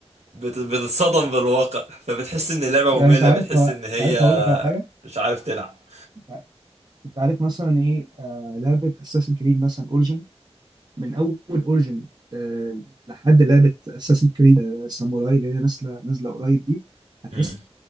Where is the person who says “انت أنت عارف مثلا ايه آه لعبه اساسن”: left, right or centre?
Right